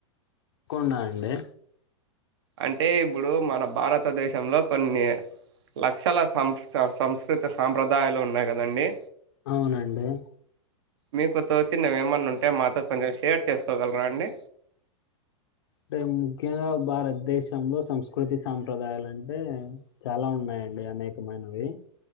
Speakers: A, on the left (about 50°); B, on the right (about 50°).
A: కుండా అండి
B: అంటే ఇప్పుడు మన భారతదేశంలో, కొన్ని లక్షల సం సంస్కృతి సాంప్రదాయాలు ఉన్నాయి కదండి.
A: అవునండి
B: మీకు తోచినవి ఏమన్నా ఉంటే మాతో కొంచెం షేర్ చేసుకోగలరా అండి
A: అంటే ముఖ్యంగా భారతదేశంలో, సంస్కృతి, సాంప్రదాయాలు అంటే చాలా ఉన్నాయండి అనేకమైనవి.